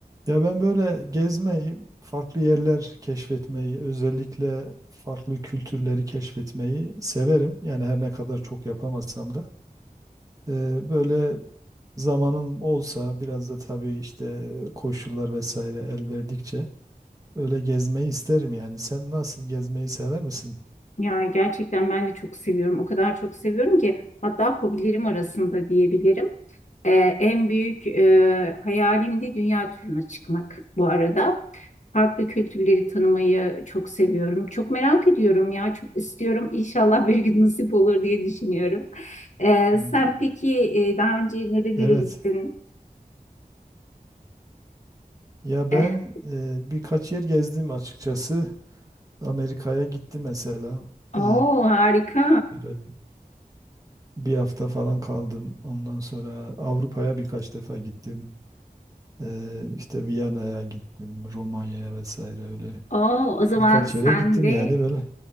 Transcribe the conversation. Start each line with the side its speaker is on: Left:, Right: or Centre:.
Right: Ya ben böyle gezmeyi, farklı yerler keşfetmeyi, özellikle farklı kültürleri keşfetmeyi severim. Yani her ne kadar çok yapamasam da. Ee, böyle zamanım olsa biraz da tabii işte koşullar vesaire el verdikçe öyle gezmeyi isterim yani. Sen nasıl gezmeyi sever misin?
Left: Ya gerçekten ben de çok seviyorum. O kadar çok seviyorum ki hatta hobilerim arasında diyebilirim. Ee, en büyük e, hayalim de dünya turuna çıkmak bu arada. Farklı kültürleri tanımayı çok seviyorum. Çok merak ediyorum ya, çok istiyorum. İnşallah bir gün nasip olur diye düşünüyorum. Ee,
Right: Hmm,
Left: sen peki e, daha önce nerelere
Right: Evet.
Left: gittin?
Right: Ya
Left: Eh,
Right: ben e, birkaç yer gezdim açıkçası. Amerika'ya gittim mesela. Ee,
Left: oo harika.
Right: böyle Bir hafta falan kaldım. Ondan sonra Avrupa'ya birkaç defa gittim. Ee, işte Viyana'ya gittim, Romanya'ya vesaire öyle.
Left: Oo, o zaman
Right: Birkaç
Left: sen
Right: yere gittim
Left: de
Right: yani böyle.